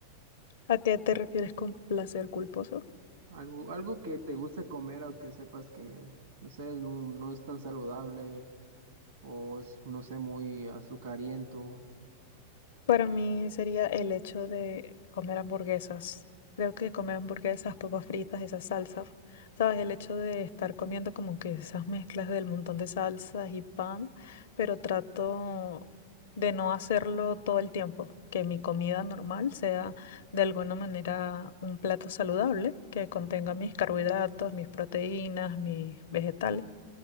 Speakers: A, on the left; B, on the right.
A: ¿A qué te refieres con placer culposo?
B: Algo, algo que te guste comer, aunque sepas que, no sé, no no es tan saludable o es, no sé, muy azucariento.
A: Para mí sería el hecho de comer hamburguesas. Creo que comer hamburguesas, papas fritas, esas salsas, ¿sabes? El hecho de estar comiendo como que esas mezclas del montón de salsas y pan, pero trato de no hacerlo todo el tiempo. Que mi comida normal sea de alguna manera un plato saludable que contenga mis carbohidratos, mis proteínas, mis vegetales